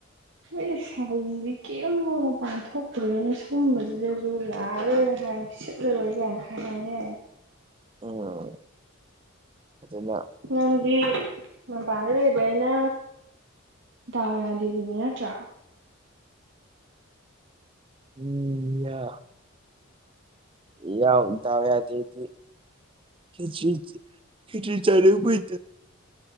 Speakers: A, on the right; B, on the right.
A: ꯃꯣꯏꯗꯤ ꯁꯥꯏꯁꯤꯗꯤ ꯀꯔꯤꯝ ꯃ ꯄꯥꯡꯊꯣꯛꯇ꯭ꯔꯦꯅ ꯁꯨꯝꯕꯁꯤꯗꯁꯨ ꯌꯥꯔꯣꯏ ꯍꯥꯏ ꯂꯨꯏꯒꯅ ꯍꯥꯏꯅꯤ
B: ꯎꯝ ꯑꯗꯨꯅ
A: ꯅꯪꯗꯤ ꯃꯄꯥꯟꯗ ꯂꯩꯕ ꯑꯩꯅ ꯇꯗꯥ ꯌꯥꯗꯗꯨꯅꯦ ꯅꯠꯇ꯭ꯔꯥ
B: ꯎꯝ ꯌꯥ ꯌꯥ ꯗꯏꯕꯦꯗꯗꯤ ꯈꯦꯆꯤ ꯈꯦꯆꯤ ꯆꯅꯥꯡꯕꯥꯏ